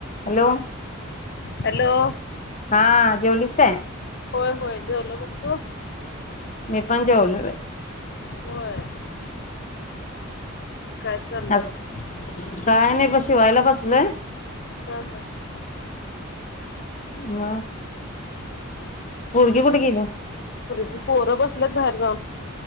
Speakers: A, on the left; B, on the left.
A: हॅलो.
B: हॅलो.
A: हा जेवलीस काय?
B: होय होय जेवलो बघ तू.
A: मी पण जेवलो बाई.
B: होय काय चाललंय
A: आज
B: मग
A: काय नायं. शिवायला बसलं.
B: हा हा.
A: मं. पुरगी कुठं गेली.
B: पुरगी पोरं बसल्यात बाहेर जाऊन.